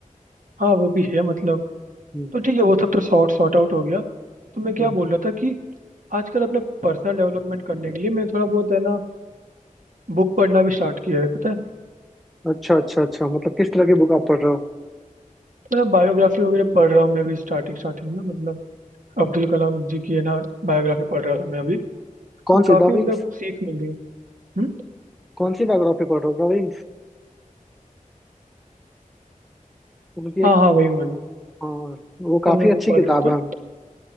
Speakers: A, on the right; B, in the centre.
A: हाँ वो भी है मतलब
B: हम्म,
A: तो ठीक है वो सब तो सॉर्ट सॉर्ट आउट हो गया तो मैं क्या
B: हम्म। हम्म।
A: बोल रहा था कि आजकल अपने पर्सनल डेवलपमेंट करने के लिए मैं थोड़ा बहुत है ना बुक पढ़ना भी स्टार्ट किया है पता है
B: अच्छा अच्छा अच्छा मतलब किस तरह की बुक आप पढ़ रहे हो
A: मतलब बायोग्राफी वगैरह पढ़ रहा हूँ मैं अभी स्टार्टिंग स्टार्टिंग में मतलब अब्दुल कलाम जी की है ना बायोग्राफी पढ़ रहा था मैं अभी
B: कौन
A: और काफी
B: सी The Wings
A: मतलब सीख मिली हम्म
B: कौन सी बायोग्राफी पढ़ रहे हो द विंग्स उनकी
A: हाँ
B: एक
A: हाँ वही वाली
B: हाँ वो काफी
A: तो मैं वो
B: अच्छी
A: पढ़
B: किताब
A: रहा था
B: है हम्म